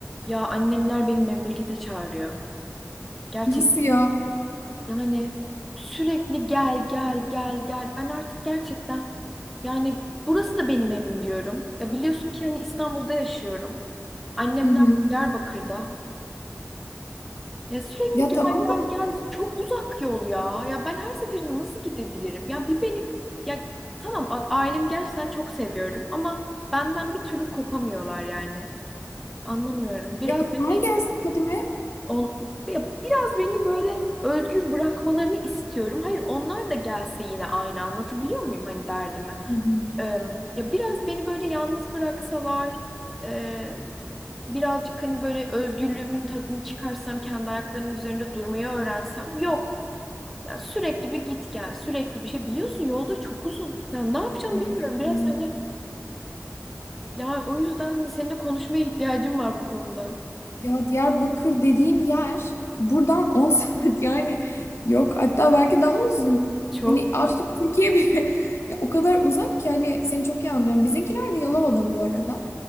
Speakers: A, in the centre; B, on the left.
A: Ya annemler beni memlekete çağırıyor. Gerçekten
B: Nasıl ya?
A: yani sürekli gel gel gel gel. Ben artık gerçekten yani burası da benim evim diyorum. Ya biliyorsun ki hani İstanbul'da yaşıyorum. Annemler
B: Hı hı.
A: Diyarbakır'da. Ya sürekli
B: Ya
A: gel
B: tamam
A: gel
B: da
A: gel çok uzak yol ya. Ya ben her seferinde nasıl gidebilirim? Ya bir beni ya tamam bak ailemi gerçekten çok seviyorum ama benden bir türlü kopamıyorlar yani. Anlamıyorum. Biraz
B: e,
A: beni
B: onlar gelsin Fadime.
A: On, ya biraz beni böyle özgür bırakmalarını istiyorum. Hayır, onlar da gelse yine aynı anlatabiliyor muyum hani derdimi?
B: Hı hı.
A: Ee, ya biraz beni böyle yalnız bıraksalar, e, birazcık hani böyle özgürlüğümün tadını çıkarsam, kendi ayaklarının üzerinde durmayı öğrensem. Yok. Yani sürekli bir git gel, sürekli bir şey. Biliyorsun yolda çok uzun. Ya ne yapacağım
B: Ay
A: bilmiyorum.
B: evet
A: Biraz
B: ya.
A: hani ya o yüzden seninle konuşmaya ihtiyacım var bu konuda.
B: Ya Diyarbakır dediğin yer buradan on <laughs> saat yani yok hatta belki daha uzun.
A: Çok
B: Hani artık
A: uzun.
B: Türkiye bile <laughs> ya o kadar uzak ki hani seni çok iyi anlıyorum. Bizimkiler de Yalova'da bu arada.